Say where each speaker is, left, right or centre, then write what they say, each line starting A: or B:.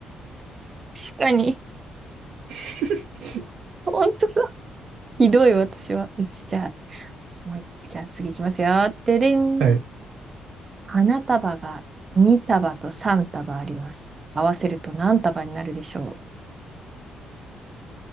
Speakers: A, on the right; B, on the right.
A: 確かに。
B: <laughs>
A: 本当だ。ひどい、私は。よしじゃあ、すごい。じゃあ次行きますよ。ででん。
B: はい。
A: 花束が2束と3束あります。合わせると何束になるでしょ